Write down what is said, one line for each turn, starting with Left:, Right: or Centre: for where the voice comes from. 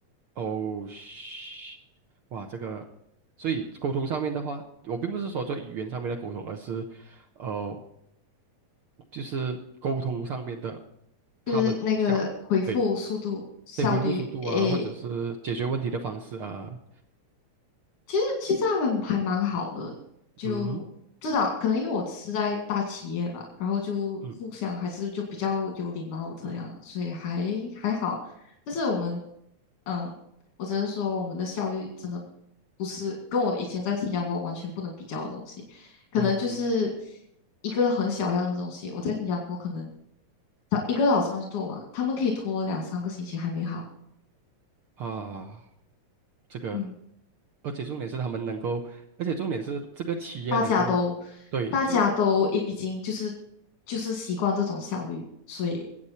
Right: 哦，嘘哇，这个，所以沟通上面的话，我并不是说做语言上面的沟通，而是呃，就是沟通上面的，他们像对
Left: 就是那个回复速度效率，
Right: 对回复速度啊，
Left: 诶，
Right: 或者是解决问题的方式啊，
Left: 其实其实他们还蛮好的，就至少可能因为我是在大企业吧，
Right: 嗯
Left: 然后就互相还是就比较有礼貌这样，
Right: 嗯
Left: 所以还还好。但是我们，嗯，我只能说我们的效率真的不是跟我以前在新加坡完全不能比较的东西，可能就是
Right: 嗯
Left: 一个很小样的东西，我在新加坡可能早一个早上就做完，他们可以拖两三个星期还没好。
Right: 啊。这个，
Left: 嗯。
Right: 而且重点是他们能够，而且重点是这个企业能够，
Left: 大家都
Right: 对，
Left: 大家都已经就是
Right: 这个，
Left: 就是习惯这种效率，所以